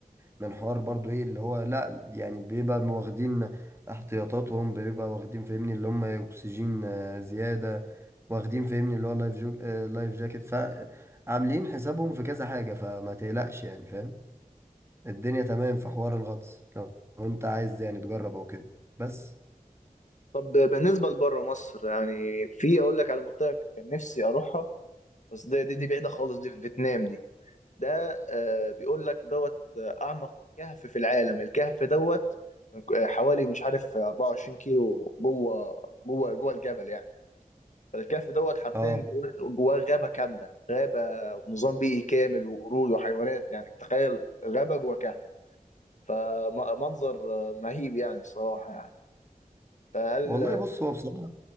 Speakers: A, on the right; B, on the left.
A: من حوار برضو ايه اللي هو لا يعني بيبقى واخدين احتياطاتهم بيبقى واخدين فاهمني اللي هم اكسجين آه، زيادة واخدين فاهمني اللي هو لايف جو آه، لايف جاكيت فعاملين حسابهم في كذا حاجة فما تقلقش يعني فاهم الدنيا تمام في حوار الغطس لو لو انت عايز يعني تجرب او كده بس
B: طب بالنسبه لبره مصر يعني في اقول لك على منطقه كان نفسي اروحها بس ده دي, دي بعيده خالص دي في فيتنام دي ده آه بيقول لك دوت آه، اعمق كهف في العالم الكهف دوت آه، حوالي مش عارف 24 كيلو جوه جوه جوه الجبل يعني فالكهف دوت حرفيا
A: اه
B: جواه جواه غابه كامله غابه ونظام بيئي كامل وقرود وحيوانات يعني تخيل غابه جوه كهف فمنظر مهيب يعني الصراحة يعني فهل
A: والله بص هو بصراحة